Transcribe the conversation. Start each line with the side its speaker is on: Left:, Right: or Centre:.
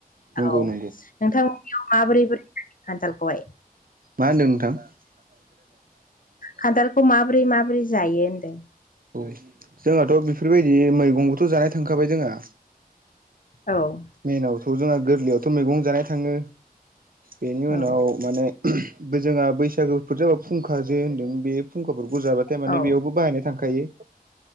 Right: नंगौ
Left: औ
Right: नंगौ
Left: नोंथांमोननियाव माबोरै बोरै खान्थालखौहाय।
Right: मा होन्दों नोंथां? <inaudible>
Left: खान्थालखौ माबोरै माबोरै जायो होनदों?
Right: औ जोंहाथ' बेफोरबायदि मैगंबोथ' जानाय थांखाबाय जोंहा।
Left: औ
Right: मेइनावथ' जोंहा गोरलैयावथ' मैगं जानाय थाङो बेनि
Left: औ
Right: उनाव माने बे जोंहा बैसागोफोर जाबा फुंखा जे होन्दों बे फुंखाफोरखौ जाबा थारमाने
Left: औ
Right: बेयावबो बाहायनो थांखायो